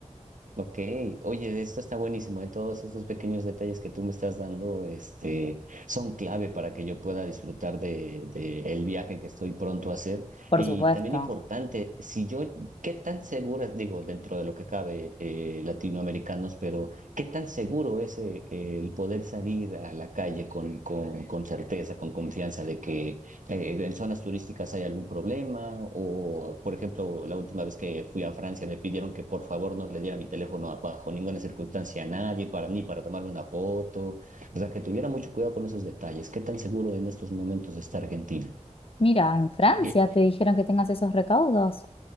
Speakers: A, on the right; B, on the left.
A: Ok, oye, esto está buenísimo, ¿eh? Todos estos pequeños detalles que tú me estás dando, este, son clave para que yo pueda disfrutar de, de el viaje que estoy pronto a hacer.
B: Por
A: Y
B: supuesto.
A: también importante, si yo, ¿qué tan segura, digo, dentro de lo que cabe, eh, latinoamericanos, pero qué tan seguro es eh, el poder salir a la calle con, con, con certeza, con confianza de que eh, ¿en zonas turísticas hay algún problema? O, por ejemplo, la última vez que fui a Francia me pidieron que por favor no le diera mi teléfono a- bajo ninguna circunstancia a nadie, para, ni para tomarme una foto. O sea, que tuviera mucho cuidado con esos detalles. ¿Qué tan seguro en estos momentos está Argentina?
B: Mira, en Francia
A: Eh,
B: te dijeron que tengas esos recaudos.